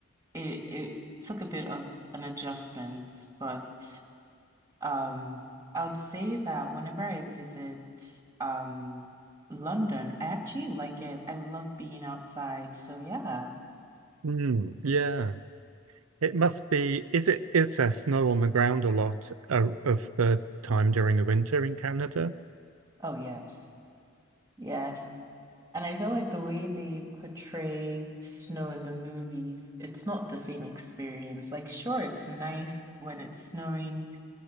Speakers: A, on the right; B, on the right.
A: it it took a bit of an adjustment, but um, I would say that whenever I visit um London, I actually like it. I love being outside. So yeah.
B: Mm, yeah. It must be, is it, is there snow on the ground a lot uh, of the time during the winter in Canada?
A: Oh yes. Yes. And I feel like the way they portray snow in the movies, it's not the same experience. Like, sure, it's nice when it's snowing,